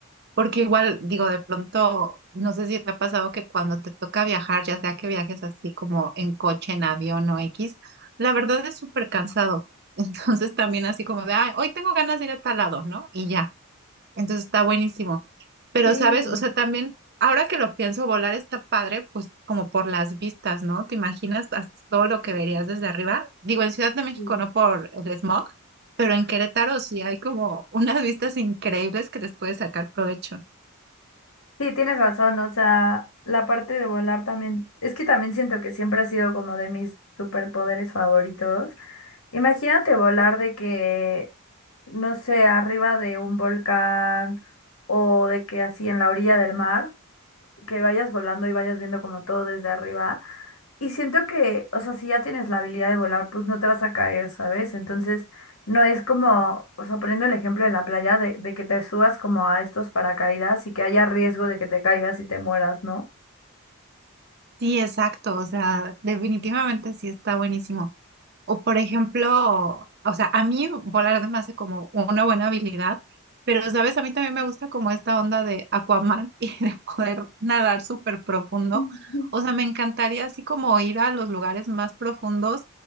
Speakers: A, on the right; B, on the left.
A: Porque igual, digo, de pronto, no sé si te ha pasado que cuando te toca viajar, ya sea que viajes así como en coche, en avión o X, la verdad es súper cansado. <laughs> Entonces también así como de, ay, hoy tengo ganas de ir a tal lado, ¿no? Y ya. Entonces está buenísimo. Pero,
B: Sí,
A: ¿sabes? O sea, también, ahora que lo pienso, volar está padre, pues como por las vistas, ¿no? ¿Te imaginas as- todo lo que verías desde arriba? Digo, en Ciudad de México
B: sí.
A: no por el smog, pero en Querétaro sí hay como <laughs> unas vistas increíbles que les puedes sacar provecho.
B: Sí, tienes razón, o sea, la parte de volar también, es que también siento que siempre ha sido como de mis superpoderes favoritos. Imagínate volar de que, no sé, arriba de un volcán o de que así en la orilla del mar, que vayas volando y vayas viendo como todo desde arriba. Y siento que, o sea, si ya tienes la habilidad de volar, pues no te vas a caer, ¿sabes? Entonces, no es como, o sea, poniendo el ejemplo en la playa, de, de que te subas como a estos paracaídas y que haya riesgo de que te caigas y te mueras, ¿no?
A: Sí, exacto, o sea, definitivamente sí está buenísimo. O por ejemplo, o sea, a mí volar se me hace como una buena habilidad, pero sabes, a mí también me gusta como esta onda de Aquaman <laughs> y de poder nadar súper profundo.
B: Ujú.
A: O sea, me encantaría así como ir a los lugares más profundos,